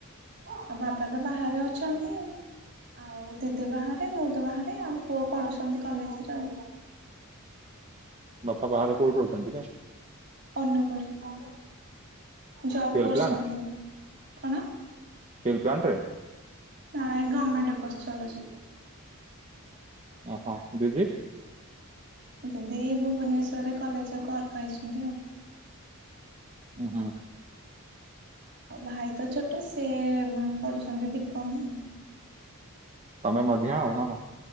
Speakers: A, on the right (about 55°); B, on the right (about 30°).
A: ଆଉ ବାପ ତ ବାହାରେ ଅଛନ୍ତି ଆ ଆଉ ଦିଦି ବାହାରେ ମୁଁ ତ ବାହାରେ ଆଉ ପୁଅ ପଢୁଛନ୍ତି କଲେଜରେ ଆଉ।
B: ବାପା ବାହାରେ କଉଠି ରହୁଛନ୍ତି।
A: ଅନୁକୁର ଜବ୍
B: ଷ୍ଟିଲ୍
A: କରୁସଛନ୍ତି
B: ପ୍ଲାଣ୍ଟ
A: କଣ
B: ଷ୍ଟିଲ୍ ପ୍ଲାଣ୍ଟ ରେ
A: ନାଁଇ ଗମେଣ୍ଟ୍ <unintelligible>
B: ଓହୋ ଦିଦି
A: ଦିଦି ଭୁବନେଶ୍ୱର କଲେଜ କର୍କ ହେଇଛନ୍ତି ଆଉ
B: ହଁ ହଁ।
A: ଭାଇ ତ ଛୋଟ ସିଏ ପଢୁ଼ଛନ୍ତି ବିକମ
B: ତମେ ମଝିଆ ଆଉ ନା କଣ?